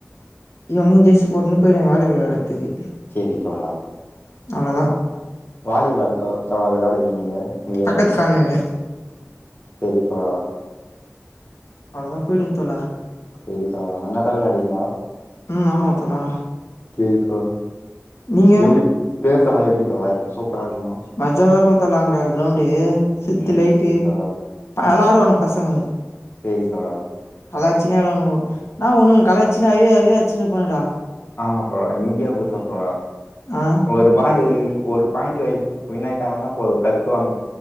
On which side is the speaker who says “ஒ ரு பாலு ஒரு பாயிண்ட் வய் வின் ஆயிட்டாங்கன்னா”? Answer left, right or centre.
Left